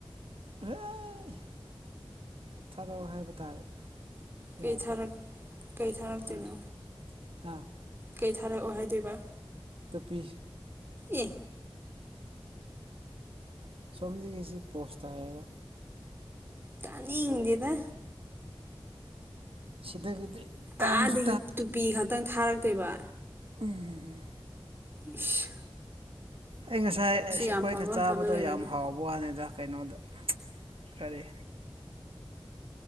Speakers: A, on the right; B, on the right.
A: ꯍꯣꯏ <unintelligible> ꯆꯊꯔꯛꯑꯣ ꯍꯥꯏꯕ ꯇꯥꯔꯦ
B: ꯀꯩ
A: ꯌꯥꯗ꯭ꯔꯦ
B: ꯊꯥꯔꯛ ꯀꯩ ꯊꯥꯔꯛꯇꯣꯏꯅꯣ
A: ꯑꯥ ꯑꯥ
B: ꯀꯩ ꯊꯥꯔꯛꯑꯣ ꯍꯥꯏꯗꯣꯏꯕ
A: ꯇꯨꯄꯤ
B: ꯑꯦ
A: ꯑꯁꯣꯝꯗꯒꯤꯁꯤ ꯄꯣꯁꯇꯥꯏꯌꯦꯕ
B: ꯇꯅꯤꯡꯗ‌ꯦꯗ
A: ꯁꯤꯗꯒꯤꯗꯤ ꯇꯥꯡꯁꯨ
B: ꯑꯥꯗꯒꯤ ꯇꯨꯄꯤ ꯈꯛꯇꯪ ꯊꯥꯔꯛꯇꫭꯏꯕ
A: ꯎꯝ
B: ꯑꯁ
A: ꯑꯩ ꯉꯁꯥꯏ ꯑꯁ ꯑꯩꯈꯣꯏꯅ
B: ꯌꯥꯝ ꯐꯕ
A: ꯆꯥꯕꯗꯣ
B: ꯐꯕ ꯂꯩꯕꯅꯤ
A: ꯌꯥꯝ ꯍꯥꯎꯋ ꯋꯥꯅꯤꯗꯗ ꯀꯩꯅꯣꯗ ꯀꯔꯤ